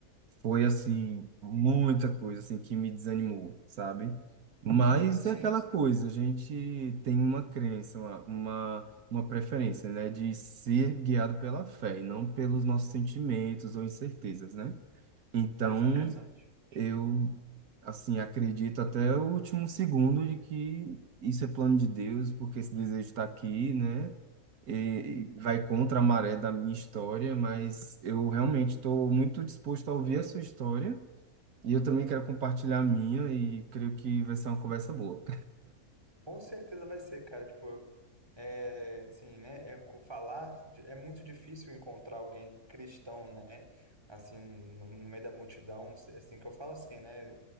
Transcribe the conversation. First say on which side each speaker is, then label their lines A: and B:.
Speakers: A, on the right; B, on the right.
A: foi assim muita coisa assim que me desanimou, sabe? Mas
B: Sim, sim,
A: é aquela coisa, a gente tem uma crença, uma, uma, uma preferência, né, de ser guiado pela fé e não pelos nossos sentimentos ou incertezas, né? Então,
B: exatamente.
A: eu, assim, acredito até o último segundo de que isso é plano de Deus, porque esse desejo está aqui, né? E
B: Uhum.
A: vai contra a maré da minha história, mas eu realmente estou muito disposto a ouvir a sua história e eu também quero compartilhar a minha e creio que vai ser uma conversa boa.
B: Com certeza vai ser, cara. Tipo, é, assim, né? É, co- falar de- é muito difícil encontrar alguém cristão, né? Assim, no, no meio da multidão, assim que eu falo assim, né?